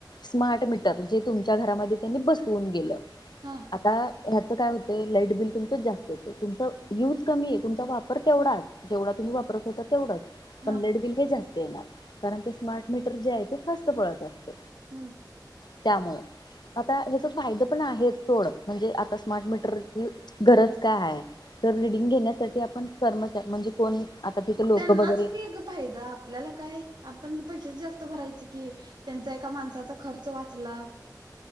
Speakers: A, on the left (about 85°); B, on the right (about 85°).
A: स्मार्ट मीटर जे तुमच्या घरामध्ये त्यांनी बसवून गेलं.
B: हा.
A: आता ह्याच काय होतय लाईट बिल तुमचं जास्त तुमच यूज कमीय तुमचा वापर तेवढाच जेवढा तुम्ही वापरत होता तेवढाच.
B: हा
A: पण लाईट बिल काय जास्त येणार कारण ते स्मार्ट मीटर जे आहे ते फास्ट पळत असत.
B: हम्म.
A: त्यामुळे आता ह्याचा फायद पण आहे थोडं म्हणजे आता स्मार्ट मीटरची गरज कायय तर रिडिंग घेण्यासाठी आपण कर्मचारी म्हणजे कोण आता तिथे लोक
B: त्यांना
A: वगैरे
B: चुकी फायदा आपल्याला काय आपण पैशाच जास्त भरायचे की त्यां एका माणसाचा खर्च वाचला.